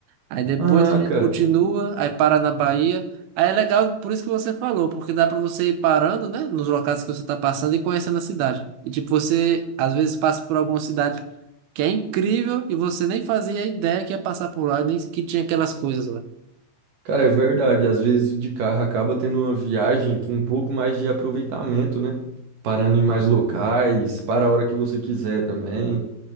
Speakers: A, on the right; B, on the right.
A: Aí depois
B: Ah,
A: a gente
B: cara.
A: continua, aí para na Bahia. Aí é legal, por isso que você falou, porque dá para você ir parando, né, nos locais que você tá passando e conhecendo a cidade. E tipo, você às vezes passa por alguma cidade que é incrível e você nem fazia ideia que ia passar por lá, nem que tinha aquelas coisas lá.
B: Cara, é verdade. Às vezes de carro acaba tendo uma viagem com um pouco mais de aproveitamento, né? Parando em mais locais, para a hora que você quiser também.